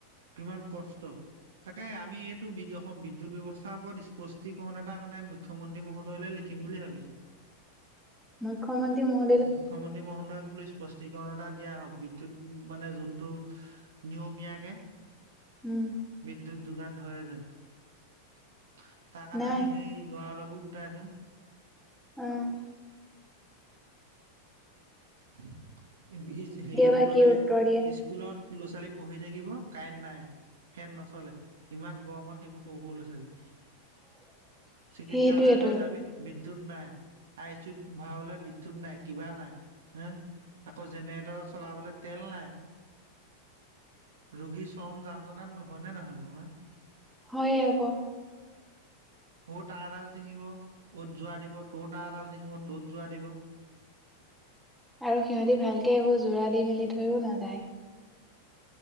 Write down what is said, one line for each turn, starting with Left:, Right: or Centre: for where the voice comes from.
Right: কিমান কষ্ট। তাকেহে, আমি এইটো বিদস বিদ্যুৎ ব্যৱস্থাৰ ওপৰত স্পষ্টীকৰণ এটা মানে মু মুখ্যমন্ত্ৰী মহোদয়লে লিখিম বুলি ভাবিছোঁ।
Centre: মুখ্যমন্ত্ৰী মহো-
Right: মুখ্যমন্ত্ৰী মহোদয়ক বুলি স্পষ্টিকৰণ এটা দিয়া হওক। বিদ্যুৎ মানে যোনটো, নিয়মীয়াকে
Centre: উম।
Right: বিদ্যুৎ যোগান ধৰে যেন। তাৰকাৰণে
Centre: নাই
Right: আমি সেই ল'ৰাবিলাকো গোটাইছোঁ।
Centre: উম।
Right: <unintelligible> হেৰি এখনলে
Centre: বা কি উত্তৰ দিয়ে।
Right: স্কুলত ল'ৰা-ছোৱালী পঢ়ি থাকিব, কাৰেণ্ট নাই। ফেন নচলে। ইমান গৰমত সেইবোৰ সৰু-সৰু ল'ৰা-ছোৱালী।
Centre: <inaudible>
Right: চিকিৎসালয়লৈ
Centre: সেইটোৱেতো
Right: যাবি, বিদ্যুৎ নাই। আই চি ইউত ভৰাবলৈ বিদ্যুৎ নাই, কিবা নাই। উম, আকৌ জেনেৰেটৰ চলাবলে তেল নাই। ৰোগী চ্ৰম যন্ত্ৰণাত হয়নে নহয় বাৰু, হা?
Centre: হয়, আকৌ।
Right: অৰ তাৰ এডাল ছিঙিব, তত জোৰা দিব, তৰ তাৰ এডাল ছিঙিব, তত জোৰা দিব।
Centre: আৰু সিহঁতি ভালকে একো জোৰা দি মেলি থৈও নাযায়।